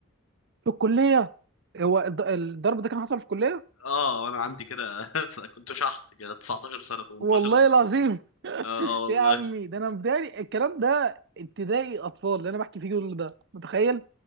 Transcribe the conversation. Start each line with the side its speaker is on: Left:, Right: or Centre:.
Right: في الكليه هو الض- الضرب ده كان حصل في الكليه
Left: اه انا عندي كده <laughs> كنت شحط كده 19 سنه 18
Right: والله
Left: سنه
Right: العظيم
Left: اه آه
Right: <laughs>
Left: والله
Right: يا عمي ده انا بداية الكلام ده ابتدائي اطفال اللي انا بحكي فيه كل ده متخيل